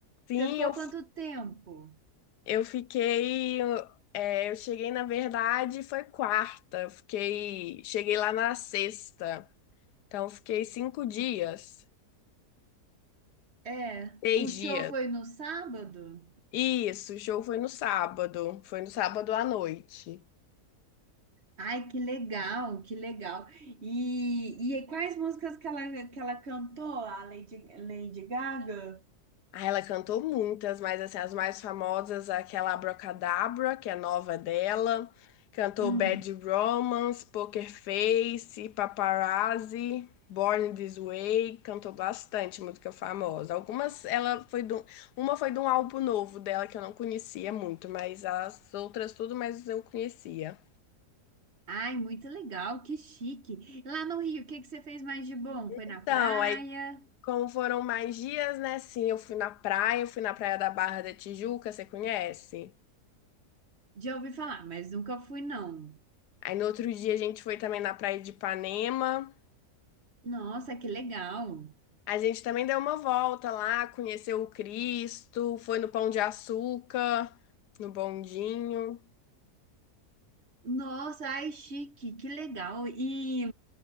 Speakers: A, on the left (about 80°); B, on the right (about 45°).
A: Sim,
B: Você ficou
A: eu,
B: quanto tempo?
A: eu fiquei. é, eu cheguei, na verdade, foi quarta. Eu Fiquei, cheguei lá na sexta. Então, eu fiquei cinco dias,
B: É,
A: seis
B: o show
A: dias.
B: foi no sábado?
A: Isso, o show foi no sábado. Foi no sábado à noite.
B: Ai, que legal, que legal. E, e quais músicas que ela, que ela cantou, a Lady, Lady Gaga?
A: Aí ela cantou muitas, mas assim, as mais famosas, aquela Abracadabra, que é nova dela. Cantou
B: Hum.
A: Bad Romance, Poker Face, Paparazzi, Born This Way. Cantou bastante música famosa. Algumas, ela foi de um- uma foi de um álbum novo dela que eu não conhecia muito, mas as outras tudo mais eu conhecia.
B: Ai, muito legal, que chique. Lá no Rio, o que que você fez mais de bom? Foi na
A: Então,
B: praia?
A: aí Como foram mais dias, né? Sim, eu fui na praia, eu fui na praia da Barra da Tijuca, você conhece?
B: Já ouvi falar, mas nunca fui, não.
A: Aí no outro dia a gente foi também na praia de Ipanema.
B: Nossa, que legal.
A: A gente também deu uma volta lá, conheceu o Cristo, foi no Pão de Açúcar, no bondinho.
B: Nossa, ai, chique, que legal. E,